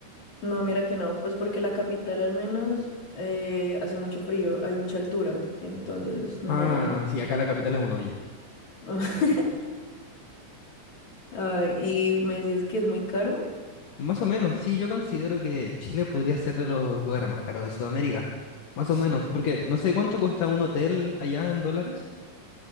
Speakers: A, on the left; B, on the left.
A: No, mira que no, pues porque la capital al menos eh, hace mucho frío, hay mucha altura, entonces no.
B: Ah, sí, acá la capital es un hoyo.
A: <laughs> Ah, y me decías que es muy caro.
B: Más o menos, sí, yo considero que Chile podría ser de los lugares más caros de Sudamérica. Más
A: sí
B: o menos, porque no sé cuánto cuesta un hotel allá en dólares.